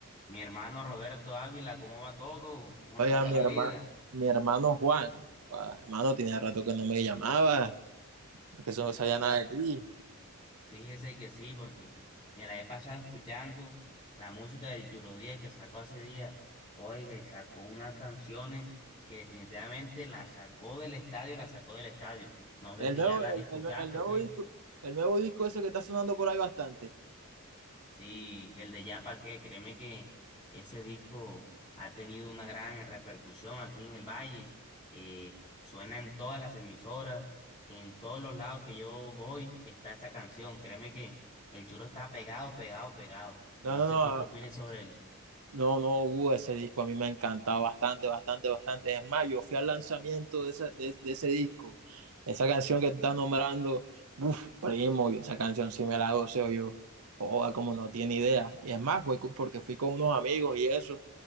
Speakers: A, on the left; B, on the right.
A: Mi hermano Roberto Ávila, ¿cómo va todo? ¿Cómo lo
B: Oiga,
A: trata la
B: mi
A: vida?
B: hermano, mi hermano Juan, ah, hermano, tenía rato que no me llamaba, que eso no
A: Oiga,
B: sabía nada
A: fí-
B: de ti.
A: fíjese que sí, porque me la he pasado escuchando la música del Yuro Diez que sacó hace días. Oiga, y sacó unas canciones que definitivamente la sacó del estadio, la sacó del estadio. No sé
B: El
A: si
B: nuevo,
A: ya la
B: el,
A: escuchaste
B: el- el nuevo
A: o qué.
B: disco, el nuevo disco ese que está sonando por ahí bastante.
A: Sí, el de Ya Pa' Qué, créeme que ese disco ha tenido una gran repercusión aquí en el Valle. eh, suena en todas las emisoras, en todos los lados que yo voy está esa canción. Créeme que el churro está pegado, pegado, pegado.
B: No,
A: No
B: no,
A: sé
B: no,
A: tú qué opinas sobre el,
B: no, no, Hugo, ese disco a mí me ha encantado bastante, bastante, bastante. Es más, yo fui al lanzamiento de ese, de, de ese disco, esa canción que estás nombrando, uff, primo, yo esa canción sí me la goceo yo. Joda, como no tiene idea. Y es más, fue cu- porque fui con unos amigos y eso.